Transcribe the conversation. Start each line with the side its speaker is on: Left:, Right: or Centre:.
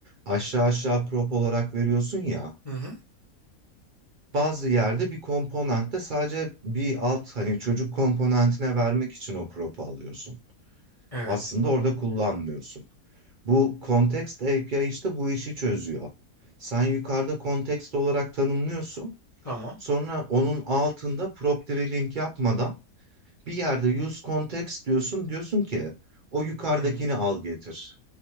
Right: Aşağı aşağı prop olarak veriyorsun ya.
Left: Hı hı.
Right: bazı yerde bir komponentte sadece bir alt hani çocuk komponentine vermek için o crop'u alıyorsun.
Left: Evet.
Right: Aslında orada kullanmıyorsun. Bu Context API işte bu işi çözüyor. Sen yukarıda context olarak tanımlıyorsun.
Left: Tamam.
Right: Sonra onun altında property link yapmadan bir yerde use context diyorsun. Diyorsun ki o yukarıdakini
Left: Hı.
Right: al getir.